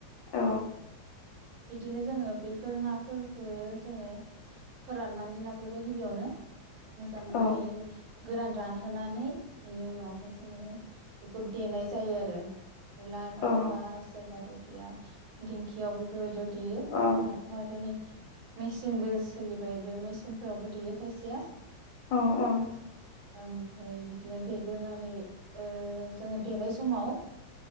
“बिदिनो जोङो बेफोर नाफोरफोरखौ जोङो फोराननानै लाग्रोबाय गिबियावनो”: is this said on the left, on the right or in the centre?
Right